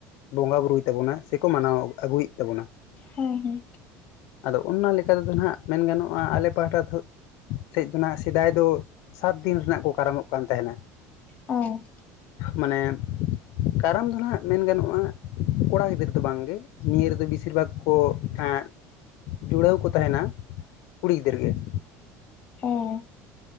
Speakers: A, on the left (about 50°); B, on the left (about 20°).
A: ᱵᱚᱸᱜᱟ ᱵᱩᱨᱩᱭ ᱛᱟᱵᱚᱱᱟ ᱥᱮᱠᱚ ᱢᱟᱱᱟᱣ ᱟᱹᱜᱩᱭᱮᱫ ᱛᱟᱵᱚᱱᱟ᱾
B: ᱦᱮ ᱦᱮᱸ᱾
A: ᱟᱫᱚ ᱚᱱᱟ ᱞᱮᱠᱟᱛᱮᱫᱚ ᱱᱟᱦᱟᱸᱜ ᱢᱮᱱ ᱜᱟᱱᱚᱜᱼᱟ ᱟᱞᱮ ᱯᱟᱦᱴᱟ ᱫᱚ, ᱥᱮᱡ ᱫᱚ ᱱᱟᱦᱟᱸᱜ ᱥᱮᱫᱟᱭ ᱫᱚ ᱥᱟᱛ ᱫᱤᱱ ᱨᱮᱱᱟᱜ ᱠᱚ ᱠᱟᱨᱟᱢᱚᱜ ᱠᱟᱱ ᱛᱟᱦᱮᱱᱟ᱾
B: ᱚ
A: ᱢᱟᱱᱮ ᱠᱟᱨᱟᱢ ᱫᱚ ᱱᱟᱦᱟᱸᱜ ᱢᱮᱱ ᱜᱟᱱᱚᱜᱼᱟ ᱼᱼ ᱠᱚᱲᱟ ᱜᱤᱫᱟᱹᱨ ᱫᱚ ᱵᱟᱝᱜᱮ ᱾ ᱱᱤᱭᱟᱹ ᱨᱮᱫᱚ ᱵᱮᱥᱤᱨ ᱵᱷᱟᱜᱽ ᱠᱚ ᱮᱸᱜᱼᱼ ᱡᱩᱲᱟᱹᱣ ᱠᱚ ᱛᱟᱦᱮᱱᱟ ᱠᱩᱲᱤ ᱜᱤᱫᱽᱟᱹᱨ ᱜᱮ ᱾
B: ᱦᱚᱼᱼ